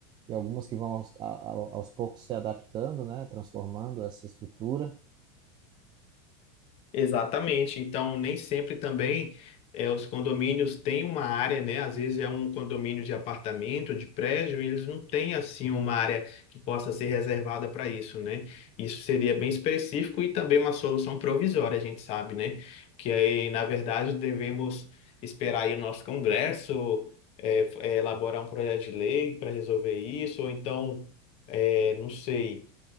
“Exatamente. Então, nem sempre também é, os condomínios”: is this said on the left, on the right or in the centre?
Left